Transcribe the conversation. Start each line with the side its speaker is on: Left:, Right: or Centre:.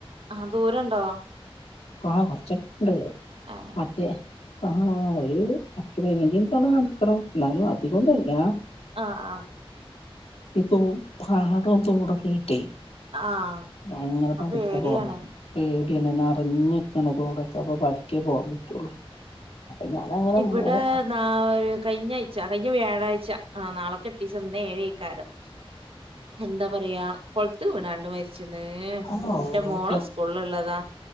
Right: ആഹ് ദൂരണ്ടോ
Left: ആ കൊർച്ച് ഉണ്ട്
Right: ഏഹ്
Left: മറ്റേ ആഹ് ഒരു പത്ത് പതിനഞ്ച് മിനിട്ട് നടക്കണം എന്നാലും അധികൊന്നില്ല
Right: ആഹ് ആഹ്
Left: ഇപ്പൊ പാടോം തോടൊക്കെ ഇട്ടേ
Right: ആഹ്
Left: അങ്ങനെ
Right: ഇപ്പൊ
Left: പതുക്ക
Right: പേടിയാണ്
Left: പോവാൻ പറ്റു പേടിയാണ് ഞ്ഞിക്കാണ് തോടൊക്കെ അപ്പൊ പതുക്കേ പോവാൻ പറ്റുള്ളൂ അപ്പൊ ഞാനങ്ങനെ
Right: ഇവിടെ
Left: പോവും
Right: നാ ഒരു കഴിഞ്ഞ ആഴ്ച കഴിഞ്ഞ വ്യാഴാഴ്ച ആഹ് നാളെ കെട്ടീ ചെന്ന ഏഴേക്കാരം എന്താ പറയാ കൊ ത്ത് വീണാണ്ട് മരിച്ചു നേ എന്റ
Left: ആ ഓ
Right: മോള സ്കൂളിൽ ഇള്ളതാ